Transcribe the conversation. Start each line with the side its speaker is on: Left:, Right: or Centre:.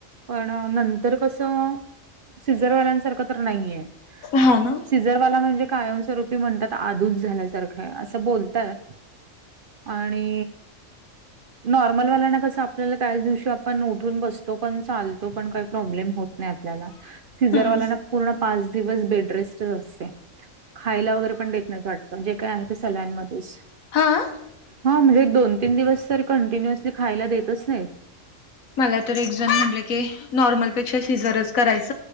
Right: पण नंतर कसं, सिझरवाल्यांसारखं तर नाहीे.
Left: हा ना.
Right: सिजरवाला म्हणजे, कायमस्वरूपी म्हणतात आदूच झाल्यासारखं असं बोलतात. आणि नॉर्मलवाल्याना कस, आपल्याला त्याच दिवशी आपण उठून बसतो पण, चालतो पण, काही प्रॉब्लेम होत नाही आपल्याला, सीझरवाल्या
Left: हम्म
Right: ना पूर्ण पाच दिवस बेडरेस्टच असते. खायला वगैरे पण देत नाहीत वाटतं. जे काय ते सल्यामध्येच
Left: हा.
Right: हा म्हणजे एक, दोन- तीन दिवस तर कंटिन्युअसली खायला देतच नाही.
Left: मला तर एकजण म्हटलं की, नॉर्मलपेक्षा शिजरच करायच